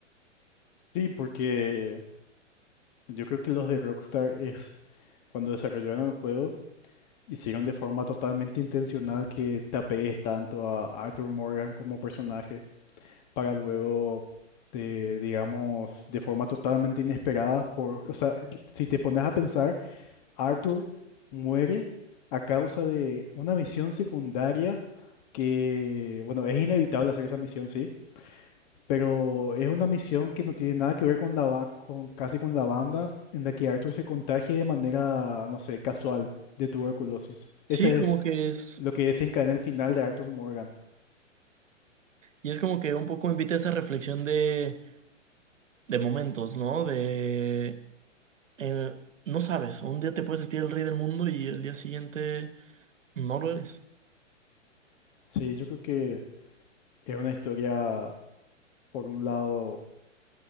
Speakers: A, on the left (about 40°); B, on the right (about 80°).
A: Sí, porque yo creo que los de Rockstar es cuando desarrollaron el juego, hicieron de forma totalmente intencional que te apegues tanto a Arthur Morgan como personaje para luego te, digamos, de forma totalmente inesperada, por, o sea, si te pones a pensar Arthur muere a causa de una misión secundaria que, bueno, es inevitable hacer esa misión, sí, pero es una misión que no tiene nada que ver con la ba- con casi con la banda en la que Arthur se contagia de manera, no sé, casual de tuberculosis.
B: Sí,
A: Ese
B: como
A: es
B: que es...
A: lo que desencadena el final de Arthur Morgan.
B: Y es como que un poco invita a esa reflexión de, de momentos, ¿no? De... eh, no sabes, un día te puedes sentir el rey del mundo y el día siguiente no lo eres.
A: Sí, yo creo que es una historia, por un lado,